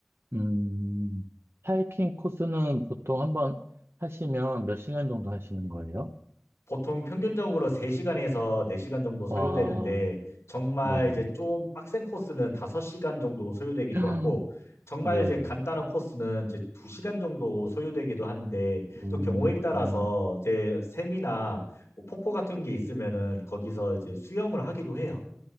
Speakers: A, on the right; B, on the left.
A: 음, 하이킹 코스는 보통 한번 하시면 몇 시간 정도 하시는 거예요?
B: 보통 평균적으로 3시간에서 4시간 정도 소요되는데
A: 와,
B: 정말
A: 네네,
B: 이제 좀 빡센 코스는 5시간 정도 소요되기도
A: <clears throat>
B: 하고 정말
A: 네,
B: 이제 간단한 코스는 이제 2시간 정도 소요되기도 하는데
A: 음,
B: 또 경우에 따라서
A: 음.
B: 이제 샘이나 뭐 폭포 같은 게 있으면은 거기서 이제 수영을 하기도 해요.